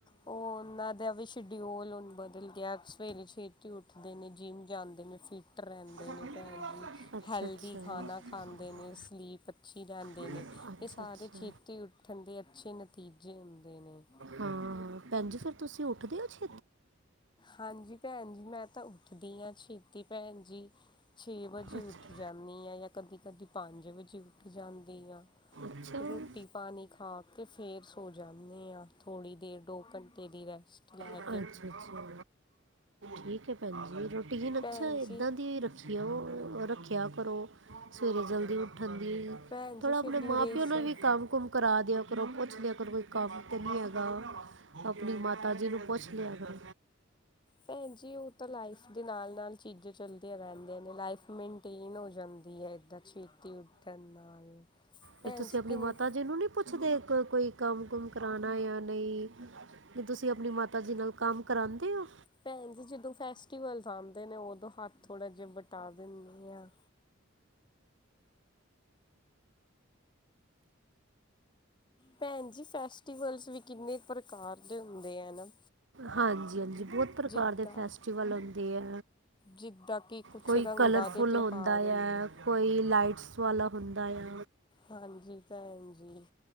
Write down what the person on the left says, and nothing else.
ਓ ਓਨਾਂ ਦਾ ਵੀ ਸ਼ਡਿਊਲ ਹੁਣ ਬਦਲ ਗਿਆ ਸਵੇਰੇ ਛੇ ਉੱਠਦੇ ਨੇ ਜਿੰਮ ਜਾਂਦੇ ਨੇ ਫਿੱਟ ਰੇਂਦੇ
ਨੇ ਹਾਂਜੀ
ਹੈਲਦੀ
ਖਾਣਾ ਖਾਂਦੇ ਨੇ ਸਲੀਪ ਅੱਛੀ ਲਹਿੰਦੇ
ਨੇ ਏ ਸਾਰੇ
ਛੇਤੀ ਉੱਠਣ ਦੇ ਅੱਛੇ ਨਤੀਜੇ ਹੁੰਦੇ ਨੇ
ਹਾਂਜੀ ਪੈਣ ਜੀ ਮੈਂ ਤਾਂ ਉੱਠਦੀ ਹਾਂ‌ ਛੇਤੀ ਪੈਣ ਜੀ। ਛੇ ਵਜੇ
ਉੱਠ ਜਾਂਦੀ ਆ ਜਾਂ ਕਦੀ-ਕਦੀ ਪੰਜ ਵਜੇ ਉੱਠ ਜਾਂਦੀ ਆ।
ਰੋਟੀ ਪਾਣੀ ਖਾ ਕੇ ਫੇਰ ਸੋ ਜਾਂਨੇ ਆ ਥੋੜ੍ਹੀ ਦੇਰ ਦੋ ਘੰਟੇ ਦੀ ਰੇ ਸਟਲੈਕ
ਭੈਣ
ਜੀ
ਪੈਨ
ਜੀ ਫਿਰ
ਡਿਊਰੇਸ਼ਨ
ਪੈਨ ਜੀ ਓ ਤਾਂ ਲਾਈਫ ਦੇ ਨਾਲ-ਨਾਲ ਚੀਜ਼ਾਂ ਚੱਲਦੀਆਂ ਰਹਿੰਦੀਆਂ ਨੇ ਲਾਈਫ ਮਨ ਟੀਨ ਹੋ ਜਾਂਦੀ ਐ ਏਦਾਂ ਛੇਤੀ ਉੱਡਣ ਨਾਲ ਭੈਣ
ਜੀ
ਕਿੰਨ
ਪੈਣ ਜੀ ਜਦੋਂ ਫੈਸਟਿਵਲਸ ਆਂਦੇ ਨੇ ਉਦੋਂ ਹੱਥ ਥੋੜਾ ਜੇਆ ਬਟਾ ਦਿੰਦੇ ਆ। ਪੈਨ ਜੀ ਫੈਸਟਿਵਲਸ ਵੀ ਕਿੰਨੇ ਪ੍ਰਕਾਰ ਦੇ ਹੁੰਦੇ ਆ ਨਾ।
ਜਿੱਦਾਂ
ਜਿੱਦਾਂ ਕਿ ਕੁਛ
ਰੰਗਾਂ
ਦੇ ਤਿਉਹਾਰ
ਹੁੰਦੇ
ਹਾਂਜੀ ਪੈਨ ਜੀ